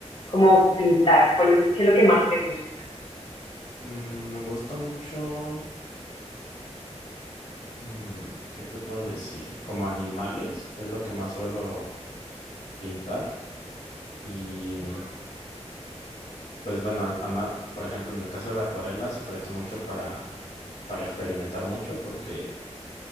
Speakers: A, on the left; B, on the left.
A: como pintar? ¿Cuál es, lo- qué es lo que más te gusta?
B: mm, me gusta mucho. Mm, ¿qué te puedo decir? Como animales es lo que más suelo pintar y
A: Ajá,
B: mm, pues bueno, al- al ma- por ejemplo, en el caso de la acuarela se presta mucho para, para experimentar mucho porque,